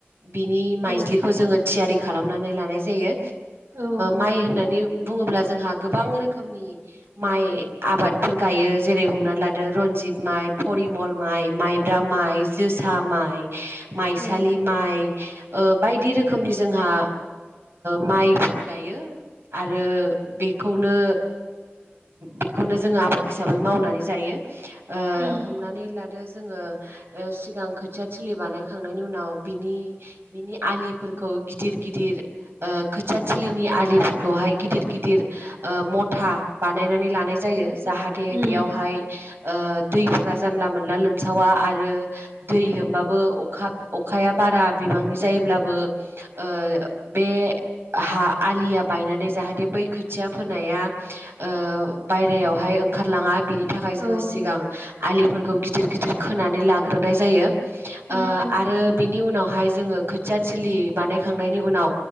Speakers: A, on the right (about 70°); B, on the right (about 85°).
A: बिनि माइज्लिखौ
B: औ
A: जोङो थियारि खालामनानै लानाय जायो।
B: औ
A: माइ होननानै बुङोब्ला जोंहा गोबां रोखोमनि माइ आबादफोर गायो जेरै हमनानै लादो रन्जित माइ फरिमल माइ माइब्रा माइ माइ जोंहा माइ माइ
B: औ
A: सालि माइ बायदि रोखोमनि जोंहा माइफोर गायो आरो बेखौनो बेखौनो जोङो आबाद हिसाबै मावनानै जायो। ओ
B: उम
A: हमनानै लादो जोङो सिगां खोथिया थिलि बानायखांनायनि उनाव बिनि बिनि आलिफोर गिदिर गिदिर खोथियाथिलिनि आलिफोरखौहाय गिदिर गिदिर मथर था बानायनानै लानाय जायो। जाहाथे
B: उम
A: बेयावहाय दैफोरा जानला मोनला लोमसावा आरो दै लोमबाबो अखा अखाया बारा बिबांनि जायोब्लाबो ओ बे हा आलिया बायनानै जाहाथे बै खोथिया फोनाया ओ बायरायावहाय ओंखारलाङा बिनि थाखाय जोङो
B: औ
A: सिगां आलिफोरखौ गिदिर गिदिर खोनानै लाग्रोनाय जायो। ओ
B: उम उम
A: आरो बिनि उनावहाय जोङो खोथियाथिलि बानायखांनायनि उनाव